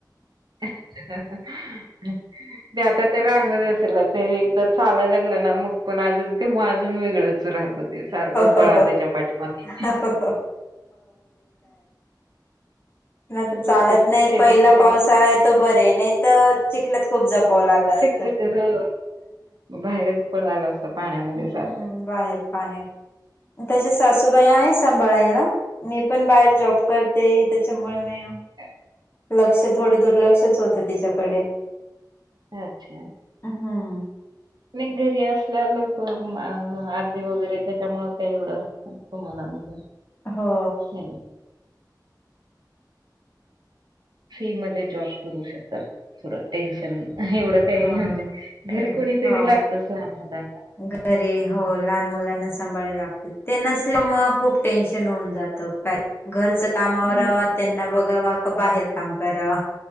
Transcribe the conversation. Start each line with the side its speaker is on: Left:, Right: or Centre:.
Right: <unintelligible>
Left: हो
Right: ते आता ते रांगच असेल ते एकदा चालाय लागलं ना मग पण अजून ते माजून वेगळंच राहत. होते सारखं
Left: हो
Right: पळा
Left: हो
Right: त्याच्या पाठीमागे.
Left: हो हो, नाही तर चालत
Right: प्रत्येक
Left: नाही
Right: स्टेप
Left: पहिला
Right: मध्ये
Left: पावसाळा आहे तो बरे नाही तर चिखलात खूप जपाव लागल
Right: सेक्रेटरी
Left: असत.
Right: बाहेरच पळाला. पाण्यामध्ये
Left: हम्म,
Right: सारखा
Left: बाहेर पाण्यात तश्या सासूबाई आहेत सांभाळाला. मी पण बाहेर जॉब करते त्याच्यामुळे मी
Right: अ <inaudible>
Left: लक्ष थोडं दुर्लक्षच होतं तिच्याकडे
Right: हा अच्छा
Left: हम्म.
Right: नाही घरी असल्या लोक आजी वगैरे त्याच्यामुळ काय एवढं तुम्हाला म्हणजे
Left: हो.
Right: नाही का फी मध्ये जॉब करू शकतात थोड टेन्शन एवढ काही
Left: हा
Right: म्हणजे घरी
Left: ए-
Right: कोणी तरी
Left: हो
Right: लागतच लहान मुलांना.
Left: घरी हो लहान मुलांना सांभायला लागते ते नसल्यामुळे खूप टेन्शन होऊन जात का घरच काम
Right: हं.
Left: अवरवा त्यांना बघावा का बाहेर काम करावा.